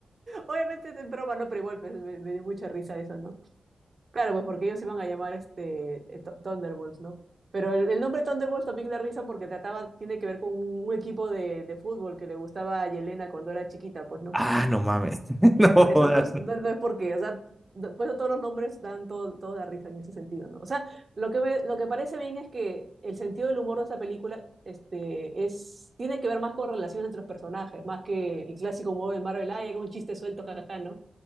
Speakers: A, on the right (about 45°); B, in the centre.
A: obviamente es en broma, no, pero igual pues, me, me dio mucha risa eso, ¿no? Claro, pues porque ellos se iban a llamar este eh, Thu- Thunderbolts, ¿no? Pero el, el nombre Thunderbolts también da risa porque trataba, tiene que ver con un, un equipo de, de fútbol que le gustaba a Yelena cuando era chiquita, pues, ¿no?
B: Ah, no mames. <laughs>
A: Y
B: No,
A: era por eso,
B: jodas.
A: entonces no, no es porque, o sea, después de todos los nombres dan todo, todo la risa en ese sentido, ¿no? O sea, lo que me, lo que parece bien es que el sentido del humor de esta película este, es, tiene que ver más con relaciones entre los personajes, más que el clásico modo de Marvel, ah, llega un chiste suelto, jajaja, ¿no?